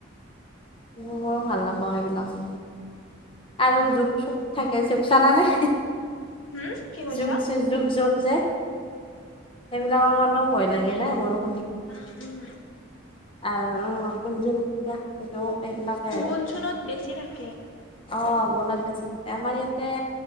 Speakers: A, on the left; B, on the left.
A: মোৰ ভাল নাপাও এইবিলাক মানে। আৰু জোক চোক থাকে <unintelligible> চালানে
B: হুম কি কৈছা?
A: যুগ জু যুগ যগ যে সেইবিলাকৰ কাৰণেও ভয় লাগে ন বৰষু
B: উম-উম।
A: আৰু অ' <unintelligible> জোক এইবিলাকে
B: বন
A: আৰু।
B: চোনত বেছি থাকে।
A: অ' <unintelligible> বেছি থাকে আমাৰ ইয়াতে